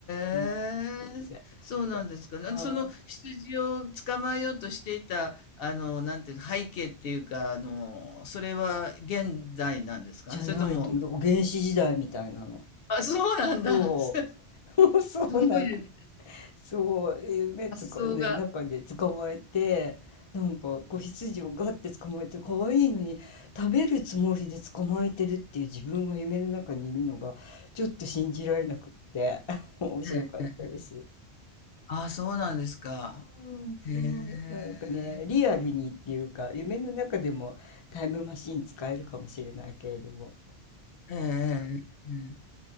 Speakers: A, on the left; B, on the left.
A: え。
B: うん、
A: へえ。
B: で、
A: そうなんですか。なその羊を捕まえようとしていた、
B: あー、
A: あの、なんていう、背景っていうか、あの、それは現代なんですか？
B: じゃないと思う、
A: それとも
B: だから原始時代みたいなの。
A: あ、そうなんだ。
B: そ
A: <laughs> す
B: う、<laughs> そうなん
A: ごい
B: そう、夢つか、
A: 発想が
B: ね、中で捕まえて、なんか子羊をガッて捕まえて、可愛いのに食べるつもりで捕まえてるっていう自分が夢の中にいるのが、ちょっと信じられなくって、<laughs> 面白かったです。
A: ええ。ああ、そうなんですか。
B: うん、そう、
A: へえ、
B: なんかね、リアルにっていうか、夢の中でもタイムマシン使えるかもしれないけれども、
A: ええ、ええ、ええ